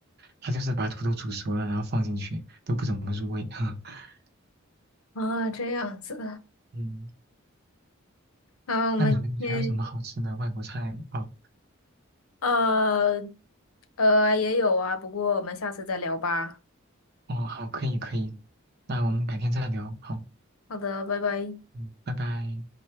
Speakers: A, on the right (about 50°); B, on the left (about 80°).
A: 它就是把土豆煮熟了，然后放进去，都不怎么入味。<laughs>
B: 啊，这样子。
A: 嗯，
B: 啊，我们今天
A: 那你们还有什么好吃的外国菜？哦
B: 呃呃也有啊，不过我们下次再聊吧。
A: 哦，好，可以可以，那我们改天再聊。好，
B: 好的，拜拜。
A: 嗯，拜拜。